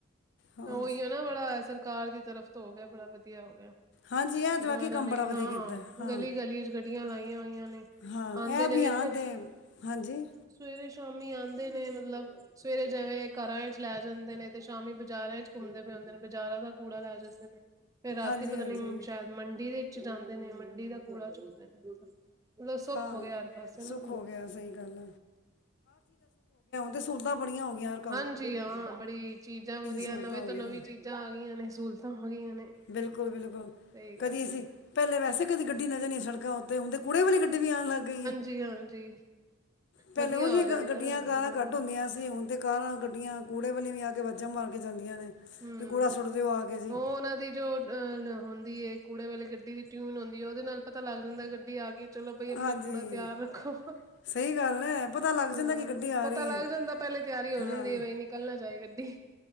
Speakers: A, on the left; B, on the right.
A: ਹੋਰ
B: ਉਹੀਓ ਨਾ ਬੜਾ ਅਸਰ ਘਰ ਦੀ ਤਰਫ਼ ਤੋਂ ਹੋ ਗਿਆ, ਬੜਾ ਵਧੀਆ ਹੋ ਗਿਆ।
A: ਹਾਂਜੀ ਇਹ ਤਾਂ
B: ਜੋ
A: ਬਾਕੀ
B: ਇਹਨਾਂ
A: ਕੰਮ
B: ਨੇ
A: ਬੜਾ ਵਧੀਆ
B: ਹਾਂ,
A: ਕੀਤਾ ਹਾਂ
B: ਗਲੀ- ਗਲੀ ਵਿੱਚ ਗੱਡੀਆਂ ਲਾਈਆਂ ਹੋਈਆਂ ਨੇ।
A: ਹਾਂ,
B: ਆਉਂਦੇ
A: ਇਹ ਅਭਿਆਨ
B: ਨੇ ਵੇਖੋ
A: ਤੇ ਹਾਂਜੀ।
B: ਸਵੇਰੇ- ਸ਼ਾਮੀ ਆਂਦੇ ਨੇ, ਮਤਲਬ ਸਵੇਰੇ ਜਿਵੇਂ ਘਰਾਂ ਵਿੱਚ ਲੈ ਜਾਂਦੇ ਨੇ, ਤੇ ਸ਼ਾਮੀ ਬਾਜ਼ਾਰਾਂ ਚ ਘੁੰਮਦੇ ਪਏ ਹੁੰਦੇ ਨੇ, ਬਜ਼ਾਰਾਂ ਦਾ ਕੂੜਾ ਲੈ ਜਾਂਦੇ ਨੇ। ਫੇਰ ਰਾਤੀ
A: ਹਾਂਜੀ ਹਾਂਜੀ
B: ਪਤਾ ਨੀ ਸ਼ਾਇਦ ਮੰਡੀ ਦੇ ਵਿੱਚ ਜਾਂਦੇ ਨੇ, ਮੰਡੀ ਦਾ ਕੂੜਾ ਚੁੱਕਦੇ ਨੇ। ਮਤਲਬ ਸੁੱਖ
A: ਹਾਂ
B: ਹੋ ਗਿਆ, ਹਰ ਪਾਸੇ ਨਾ।
A: ਸੁੱਖ ਹੋ ਗਿਆ ਸਹੀ ਗੱਲ ਤੇ ਸਹੂਲਤਾਂ ਬੜੀਆਂ ਹੋ ਗਈਆਂ ਯਾਰ।
B: ਹਾਂਜੀ ਹਾਂ, ਬੜੀ ਚੀਜ਼ਾਂ ਵਧੀਆ
A: ਸਹੂਲਤਾਂ
B: ਨਵੇਂ
A: ਹੋ
B: ਤੋਂ
A: ਗਈਆਂ
B: ਨਵੀਂ ਚੀਜ਼ਾਂ ਆ ਗਈਆਂ ਨੇ, ਸਹੂਲਤਾਂ ਹੋ ਗਈਆਂ ਨੇ।
A: ਬਿਲਕੁਲ- ਬਿਲਕੁਲ,
B: ਸਹੀ
A: ਕਦੀ
B: ਗੱਲ
A: ਅਸੀਂ
B: ਏ,
A: ਪਹਿਲੇ ਵੈਸੇ ਕਦੀ ਗੱਡੀ ਨਜ਼ਰ ਨੀ ਸੜਕਾਂ ਉੱਤੇ, ਹੁਣ ਤੇ ਕੂੜੇ ਵਾਲੀ ਗੱਡੀ ਵੀ ਆਣ ਲੱਗ ਗਈ ਏ।
B: ਜੀ ਹਾਂਜੀ।
A: ਪਹਿਲੇ
B: ਵਧੀਆ
A: ਉਂਝ ਵੀ
B: ਹੋ ਜਾਂਦਾ
A: ਗੱਡੀਆਂ,
B: ਨਾ ਹਾਂ।
A: ਕਾਰਾਂ ਘੱਟ ਹੁੰਦੀਆਂ ਸੀ। ਤੇ ਹੁਣ ਤਾਂ ਕਾਰਾਂ, ਗੱਡੀਆਂ ਕੂੜੇ ਵਾਲੀਆਂ ਵੀ ਆ ਕੇ ਵਾਜਾਂ ਮਾਰ ਕੇ ਜਾਂਦੀਆਂ ਨੇ।
B: ਹੂੰ,
A: ਵੀ ਕੂੜਾ ਸੁੱਟ ਦਿਓ ਆ ਕੇ ਜੀ
B: ਉਹ ਉਹਨਾਂ ਦੀ ਜੋ ਟਿਊਨ ਹੁੰਦੀ ਏ, ਕੂੜੇ ਵਾਲੇ ਗੱਡੀ ਦੀ ਟਿਊਨ ਹੁੰਦੀ ਏ, ਉਹਦੇ ਨਾਲ ਪਤਾ ਲੱਗ ਜਾਂਦਾ, ਗੱਡੀ ਆ ਗਈ ਏ। ਚਲੋ ਬਈ ਆਪਣਾ
A: ਹਾਂਜੀ
B: ਕੂੜਾ ਤਿਆਰ ਰੱਖੋ,
A: ਸਹੀ ਗੱਲ ਹੈ ਪਤਾ ਲੱਗ ਜਾਂਦਾ
B: ਹਾਂ
A: ਕਿ ਗੱਡੀ ਆ
B: ਪਤਾ
A: ਰਹੀ
B: ਲੱਗ
A: ਹੈ
B: ਜਾਂਦਾ। ਪਹਿਲੇ ਤਿਆਰੀ ਹੋ
A: ਹਾਂ
B: ਜਾਂਦੀ ਐ, ਬਈ ਨਿਕਲ ਨਾ ਜਾਏ ਗੱਡੀ।